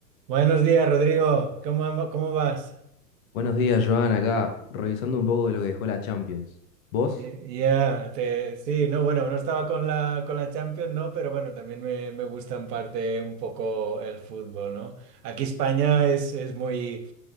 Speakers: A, on the right; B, on the left.
A: Buenos días, Rodrigo. ¿Cómo, am- cómo vas?
B: Buenos días, Joan. Acá revisando un poco de lo que dejó la Champions. ¿Vos?
A: Ye- Ya, te- sí, no, bueno, no estaba con la, con la Champions, ¿no? Pero bueno, también me, me gusta en parte un poco el fútbol, ¿no? Aquí España es, es muy,